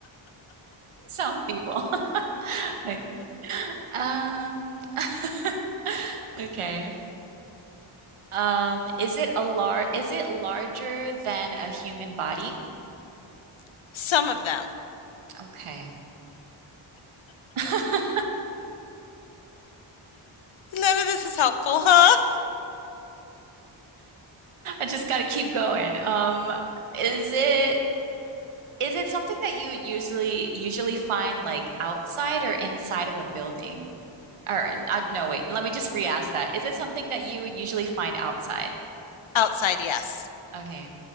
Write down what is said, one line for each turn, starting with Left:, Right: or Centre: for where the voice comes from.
Right: Some people. <laughs> Okay. Um, <laughs> okay. Um, is it a lar is it larger than a human body?
Left: <laughs> some of them.
Right: Okay. <laughs> I
Left: None of this is helpful, huh?
Right: just gotta keep going. Um, is it is it something that you usually usually find like outside or inside of a building? Or uh, no, wait. Let me just re-ask that. Is it something that you would usually find outside?
Left: Outside, yes.
Right: Okay,